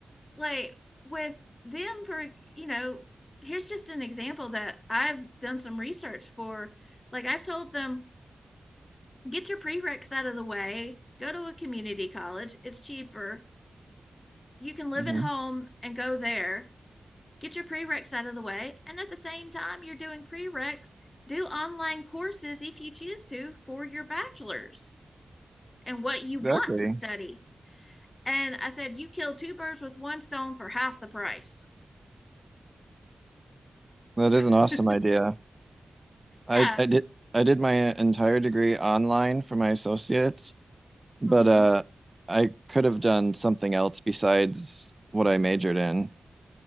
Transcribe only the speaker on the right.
mhm,
Exactly.
That
is an awesome idea. I
I did I did my entire degree online for my associates, but
uh, I could have done something else besides what I majored in.